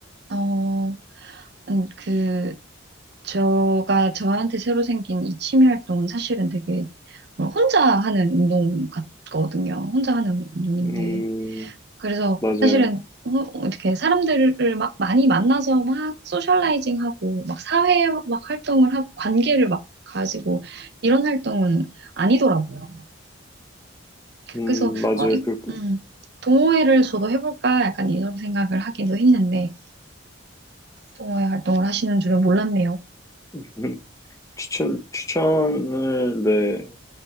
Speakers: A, on the right (about 55°); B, on the left (about 15°).
A: 어, 아니, 그, 저가 저한테 새로 생긴 이 취미 활동은 사실은 되게 혼자 하는 운동 같거든요. 혼자 하는 운동인데,
B: 음,
A: 그래서
B: 맞아요.
A: 사실은 어, 이렇게 사람들을 막 많이 만나서 막 소셜라이징하고 막 사회 막 활동을 하고 관계를 막 가지고 이런 활동은 아니더라고요.
B: 음,
A: 그래서
B: 맞아요.
A: 어, 이,
B: 그
A: 음, 동호회를 저도 해볼까 약간 이런 생각을 하기도 했는데 동호회 활동을 하시는 줄은 몰랐네요.
B: <laughs> 추천 추천을 네.